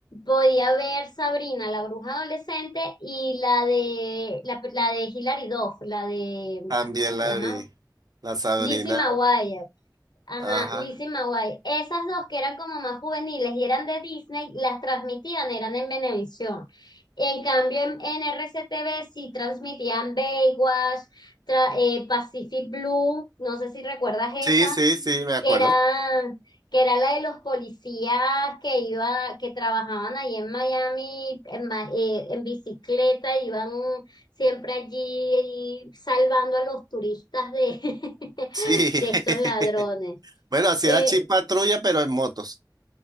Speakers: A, on the left; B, on the right.
A: podía ver Sabrina, la bruja adolescente, y la de la, la de Hilary Duff, la de,
B: también
A: ah, ¿cómo se
B: la
A: llama?
B: vi, la Sabrina,
A: Lizzie McGuire. Ajá,
B: ajá.
A: Lizzie McGuire. Esas dos que eran como más juveniles y eran de Disney, las transmitían, eran en Venevisión. En cambio, en, en RCTV sí transmitían Baywatch, tra- eh, Pacific Blue, no sé si recuerdas esa
B: Sí, sí, sí, me acuerdo.
A: que era, que era la de los policías que iba, que trabajaban ahí en Miami en, ma- eh, en bicicleta, iban siempre allí salvando a los turistas de, <laughs>
B: Sí, <laughs>
A: de estos ladrones.
B: bueno, así
A: Eh,
B: era Chip Patrulla, pero en motos,